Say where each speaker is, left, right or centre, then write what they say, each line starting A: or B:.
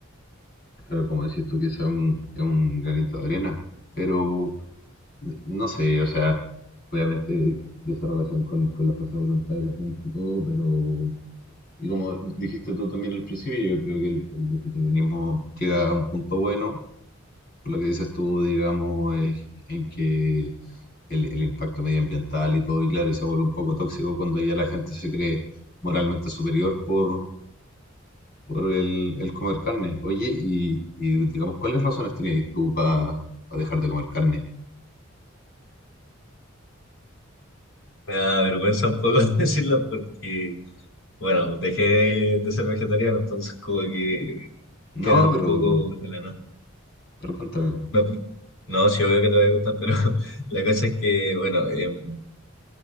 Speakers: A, on the left; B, on the left.
A: Claro, como decís tú, quizá un, es un granito de arena, pero no sé, o sea, obviamente de esa relación con, con la fuerza de voluntad de la gente y todo, pero... Y como dijiste tú también al principio, yo creo que el, el vegetarianismo llega a un punto bueno, por lo que dices tú, digamos, es en que el, el impacto medioambiental y todo, y claro, y se vuelve un poco tóxico cuando ya la gente se cree moralmente superior por, por el, el comer carne. Oye, y, y digamos, ¿cuáles razones tenías tú para dejar de comer carne?
B: Me da vergüenza un poco <laughs> decirlo porque, bueno, dejé de ser vegetariano, entonces como que
A: No,
B: quedan un
A: pero,
B: poco en la nada.
A: pero cuéntame,
B: No, pues, no, sí, obvio que te va a gustar, pero <laughs> la cosa es que, bueno, em,